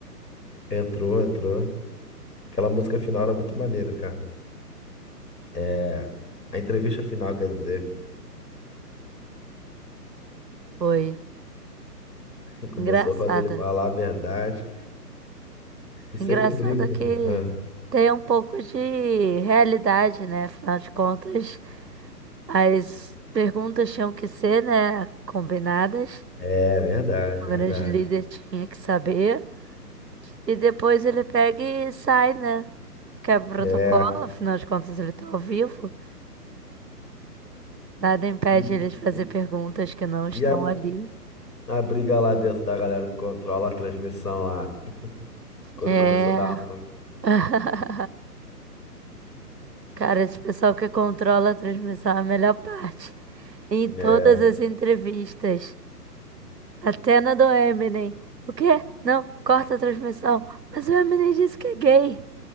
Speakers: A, on the left; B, on the right.
A: Entrou, entrou. Aquela música final era muito maneira, cara. É, a entrevista final, quer dizer,
B: Foi.
A: <laughs> começou
B: Engraçada.
A: a fazer ele falar a verdade e sempre
B: Engraçado
A: briga, né?
B: que
A: Ah,
B: tem um pouco de realidade, né? Afinal de contas, as perguntas tinham que ser, né? Combinadas.
A: É verdade,
B: O
A: verdade.
B: grande líder tinha que saber. E depois ele pega e sai, né? Quebra
A: É.
B: o protocolo, afinal de contas, ele tá ao vivo. Nada impede
A: E
B: eles de fazer
A: <laughs>
B: perguntas que não estão
A: e a,
B: ali.
A: a briga lá dentro da galera que controla a transmissão lá, quando
B: É.
A: começou a dar ruim.
B: <laughs> Cara, esse pessoal que controla a transmissão é a melhor parte. Em
A: É,
B: todas as entrevistas. Até na do Eminem. O quê? Não, corta a transmissão. Mas o Eminem disse que é gay.